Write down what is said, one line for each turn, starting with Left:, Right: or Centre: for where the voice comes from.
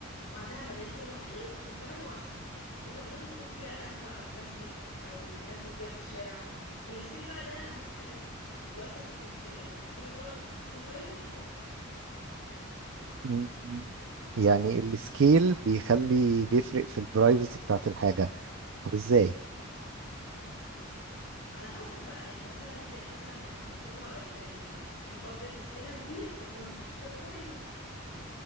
Left: وعندها مداخل ومخارج وكمان واسعه وكان ممكن يكون فيها قهوه او مسجد او الناس بتبيع في الشارع والسكيل بقى ده اهم حاجه فيها بيأثر في الخصوصيه من سيمي برا... من سيمي برايفت لبابليك
Right: مم. يعني السكيل بيخلي بيفرق في البرايفسي بتاعت الحاجة طب ازاي؟
Left: على حسب بقى يعني مثلا هتلاقي مثلا ان الانشطه ال... ال... البابليك سكيلها كبير اكبر من الانشطه البرايفت